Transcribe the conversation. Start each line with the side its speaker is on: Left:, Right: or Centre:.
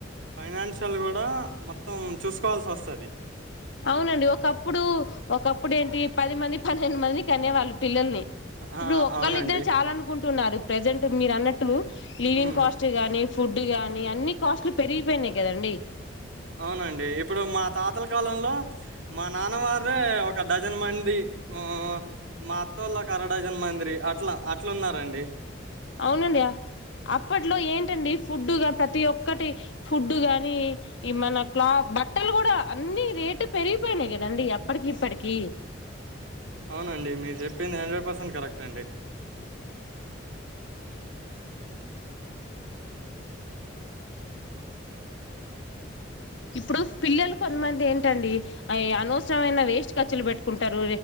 Right: ఫైనాన్షియల్ కుడ్ బ మొత్తం చూసుకోవాల్సి వస్తాది
Left: అవునండి ఒకప్పుడు ఒకప్పుడు ఏంటి పది మంది పన్నెండు మందికి కనే వాళ్ళు పిల్లల్ని ఇప్పుడు
Right: ఆ
Left: ఒక్కళ్ళ
Right: అవునండి
Left: ఇద్దరు చాల అనుకుం తున్నారు ప్రజెంట్ మీరు అన్నట్టు లివింగ్
Right: ఉమ్
Left: కాస్ట్ గాని ఫుడ్ గానీ అన్ని కాస్ట్లు పెరిగిపోయినాయి కదండి
Right: అవునండి ఇప్పుడు మా తాతల కాలంలో మా నాన్న వారే ఒక డజన్ మంది ఆ మా అత్తోళ్ళ ఒక అర డజన్ మంద్రి అట్లా అట్లు ఉన్నారండి
Left: అవునండి అప్పట్లో ఏంటండి ఫుడ్డుగా ప్రతి ఒక్కటి ఫుడ్డు గాని ఈ మన క్లా బట్టలు కూడా అన్ని రేటు పెరిగిపోయినాయి కదండి అప్పటికి ఇప్పటికి
Right: అవునండి మీరు చెప్పింది హండ్రెడ్ పర్సెంట్ కరెక్ట్ అండి
Left: ఇప్పుడు పిల్లలు కొంతమంది ఏంటండి అనవసరమైన వేస్ట్ ఖర్చులు పెట్టుకుంటారు